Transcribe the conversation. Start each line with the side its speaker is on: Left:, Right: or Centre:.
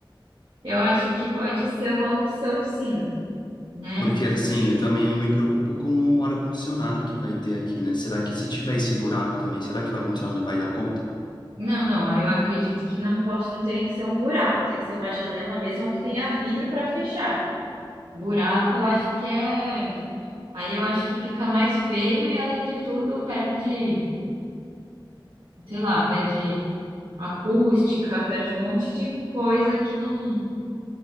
Right: eu acho que pode ser uma opção, sim, né?
Left: Porque assim, eu também eu me preocupo com o ar-condicionado que vai ter aqui, né? Será que se tiver esse buraco também, será que o ar-condicionado vai dar conta?
Right: Não, não, aí eu acredito que não posso, não tem que ser um buraco, tem que ser uma janela mesmo que tenha vidro para fechar. Buraco, eu acho que é. Aí eu acho que fica mais feio e, além de tudo, perde, sei lá, perde acústica, perde um monte de coisa que não,